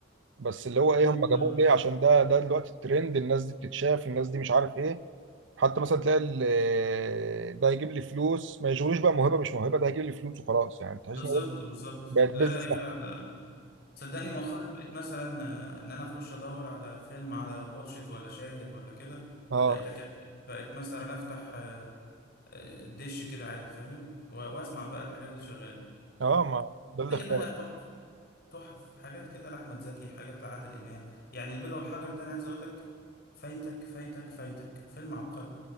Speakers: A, on the right; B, on the left.
A: بس اللي هو ايه
B: ممكن
A: هم جابوه
B: اه
A: ليه عشان ده ده دلوقتي الترند الناس دي بتتشاف الناس دي مش عارف ايه حتى مثلا تلاقي ال- ده يجيب لي فلوس ما يشغلوش بقى موهبه مش موهبه ده هيجيب لي فلوس وخلاص يعني تحس
B: بالظبط
A: ان هو
B: بالظبط
A: بقت بيزنس
B: لا لا يا جدع
A: أكتر.
B: ده صدقني مؤخرا بقيت مثلا آه، ان انا اخش ادور على فيلم على واتشيت ولا شاهد ولا كده
A: اه
B: بقيت اكتب بقيت مثلا افتح آه، آه، الدش كده عادي فاهم و- واسمع بقى الحاجات اللي شغاله
A: اه ما ده اللي
B: تلاقي
A: اختار
B: بقى تحف تحف حاجات كده لأحمد زكي حاجات لعادل إمام يعني البيضة والحجر ده أنا عايز أقول لك فايتك فايتك فايتك فيلم عبقري